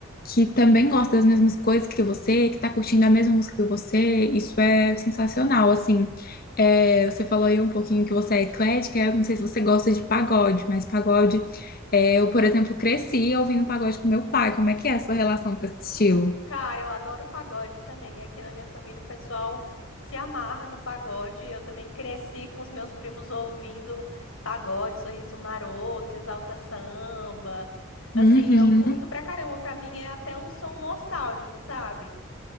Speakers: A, on the left; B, on the left.
A: que também gosta das mesmas coisas que você, que tá curtindo a mesma música que você, isso é sensacional, assim. É, você falou aí um pouquinho que você é eclética, eu não sei se você gosta de pagode, mas pagode, é, eu, por exemplo, cresci ouvindo pagode com meu
B: Uhum.
A: pai, como é que é a sua relação com esse estilo?
B: Cara, eu adoro pagode também. Aqui na minha família o pessoal se amarra no pagode. Eu também cresci com os meus primos ouvindo pagode, Sorriso Maroto, Exalta Samba. Assim,
A: Uhum,
B: eu curto pra caramba. Pra mim é até um som nostálgico, sabe?